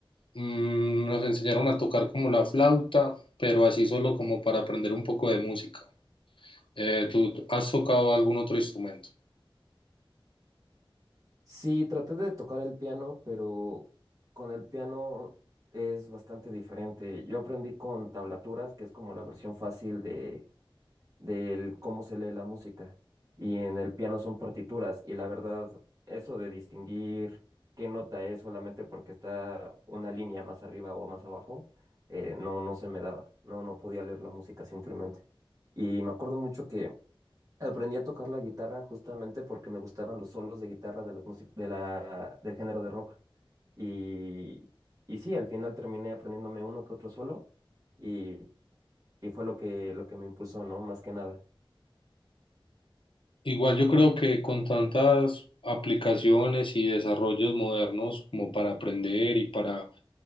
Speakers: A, on the left; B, on the right.
A: mm, nos enseñaron a tocar como la flauta, pero así solo como para aprender un poco de música. Eh, ¿tú has tocado algún otro instrumento?
B: Sí, traté de tocar el piano, pero con el piano es bastante diferente. Yo aprendí con tablaturas, que es como la versión fácil de del cómo se lee la música. Y en el piano son partituras. Y la verdad, eso de distinguir qué nota es solamente porque está una línea más arriba o más abajo, eh, no, no se me daba. No, no podía leer la música simplemente. Y me acuerdo mucho que aprendí a tocar la guitarra justamente porque me gustaban los solos de guitarra de las músic- de la, del género de rock. Y, y sí, al final terminé aprendiéndome uno que otro solo y, y fue lo que, lo que me impulsó, ¿no? Más que nada.
A: Igual yo creo que con tantas aplicaciones y desarrollos modernos como para aprender y para